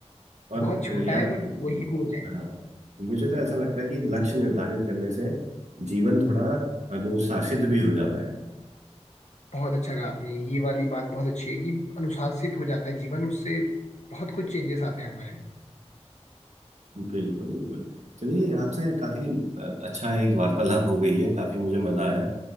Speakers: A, on the right; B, on the left.
A: और
B: बहुत छोटा
A: अ, यार
B: है बट वही गोल है
A: हाँ मुझे तो ऐसा लगता है कि लक्ष्य निर्धारित करने से जीवन थोड़ा अनुशासित भी हो जाता है
B: बहुत अच्छा कहा आपने ये वाली बात बहुत अच्छी है कि अनुशासित हो जाता है जीवन उससे बहुत कुछ चेंजेस आते हैं हमारे में
A: बिल्कुल बिल्कुल चलिए आपसे काफी अ, अच्छा एक वार्तालाप हो गई है काफी मुझे मजा आया